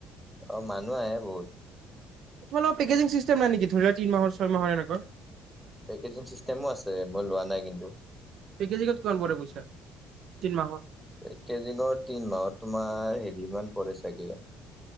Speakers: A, in the centre; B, on the right.
A: অ মানুহ আহে বহুত।
B: তোমালোকৰ পেকেজিঙ চিষ্টেম নাই নেকি ধৰি লোৱা তিন মাহৰ ছয় মাহৰ এনেকুৱা।
A: পেকেজিং চিষ্টেমো আছে মই লোৱা নাই কিন্তু।
B: পেকেজিঙত কিমান পৰে পইচা, তিনি মাহত।
A: পেকেজিঙৰ তিন মাহত তোমাৰ হেৰি মান পৰে চাগে,